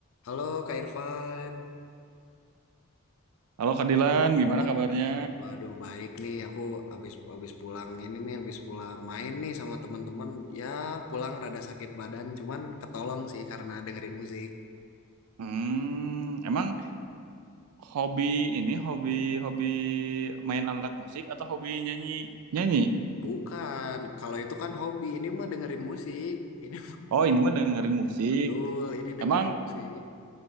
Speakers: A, on the left (about 65°); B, on the right (about 90°).
A: Halo Kak Irfan.
B: Halo Kak Dilan, gimana
A: Wad-
B: kabarnya?
A: Waduh, baik nih. Aku habis habis pulang ini nih, habis pulang main nih sama teman-teman. Ya, pulang rada sakit badan, cuman ketolong sih karena dengerin musik.
B: Hmm, emang hobi ini hobi hobi main alat musik atau hobi nyanyi nyanyi?
A: Bukan, kalau itu kan hobi. Ini mah dengerin musik. Ini
B: Oh ini mah dengerin
A: <laughs>
B: musik.
A: betul, ini dengerin
B: Emang
A: musik.